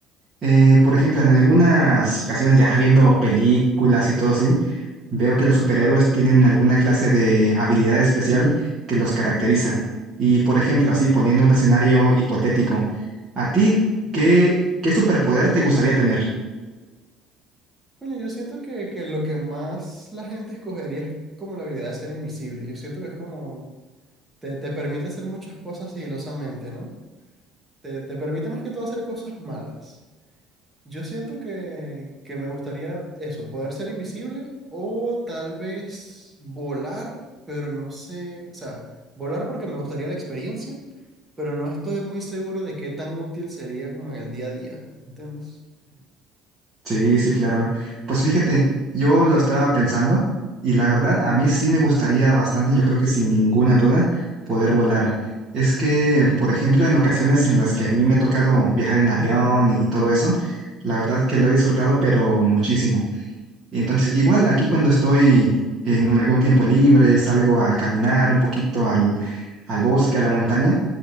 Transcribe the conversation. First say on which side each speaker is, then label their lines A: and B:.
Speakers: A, on the right (about 35°); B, on the right (about 15°).
A: Eh, por ejemplo, en algunas ocasiones ya viendo películas y todo así, veo que los superhéroes tienen alguna clase de habilidad especial que los caracteriza. Y por ejemplo, así poniendo un escenario hipotético, ¿a ti qué, qué superpoder te gustaría tener?
B: Bueno, yo siento que, que lo que más la gente escogería es como la habilidad de ser invisible. Yo siento que es como... Te, te permite hacer muchas cosas sigilosamente, ¿no? Te, te permite más que todo hacer cosas malas. Yo siento que, que me gustaría eso, poder ser invisible o tal vez volar, pero no sé, o sea, volar porque me gustaría la experiencia, pero no estoy muy seguro de qué tan útil sería como en el día a día, ¿entiendes?
A: Sí, sí, claro. Pues fíjate, yo lo estaba pensando y la verdad a mí sí me gustaría bastante, yo creo que sin ninguna duda, poder volar. Es que, por ejemplo, en ocasiones en las que a mí me ha tocado viajar en avión y todo eso, la verdad que lo he disfrutado, pero muchísimo. Entonces, igual aquí cuando estoy en un- algún tiempo libre, salgo a caminar un poquito al, al bosque, a la montaña.